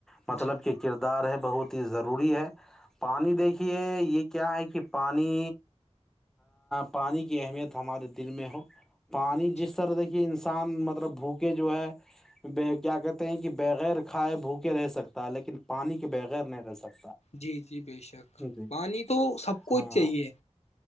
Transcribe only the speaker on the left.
جی
جی
جی جی بے شک
پانی تو سب کوچ
چاہیے